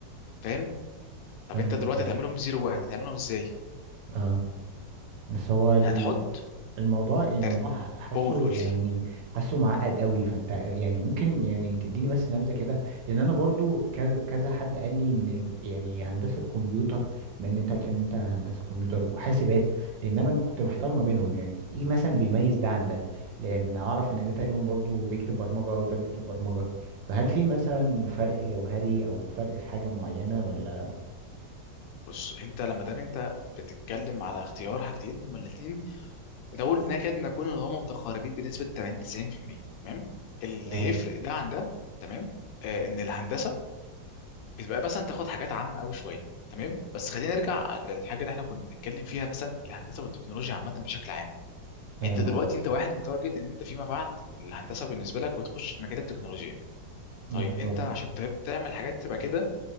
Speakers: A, on the left (about 80°); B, on the right (about 85°).
A: فاهم طب
B: فاهم
A: انت دلوقتي
B: اه
A: هتعملهم بزيرو واحد هتعملهم ازاي
B: آه. بس هو ال-
A: هتحط
B: الموضوع يعني الموضوع
A: ترتيب
B: ح- حاسه
A: قول قول
B: يعني
A: لي
B: حاسه معقد قوي فانت يعني ممكن يعني تديني بس نبذه كده لان انا برضو كذا كذا حد قال لي ان يعني هندسه كمبيوتر بما ان انت قلت ان انت هندسه كمبيوتر وحاسبات لان انا كنت محتار ما بينهم يعني ايه مثلا بيميز ده عن ده لان اعرف ان ده تقريبا برضو بيكتب برمجه وده بيكتب برمجه فهل في مثلا فرق جوهري او فرق في حاجه معينه ولا
A: بص انت لما دام انت بتتكلم على اختيار حاجتين هما الاثنين نقول نكاد نكون ان هما متقاربين بنسبه 80 90% تمام اللي
B: تمام
A: يفرق ده عن ده تمام آه ان الهندسه بتبقى مثلا تاخد حاجات عامه قوي شويه تمام بس خلينا نرجع للحاجه اللي احنا كنا بنتكلم فيها مثلا الهندسه والتكنولوجيا عامه بشكل عام
B: تمام
A: يعني انت دلوقتي
B: اه
A: انت واحد متارجت ان انت فيما بعد الهندسه بالنسبه لك وتخش في مجال التكنولوجيا
B: مظبوط
A: طيب انت عشان تب- تعمل الحاجات دي تبقى كده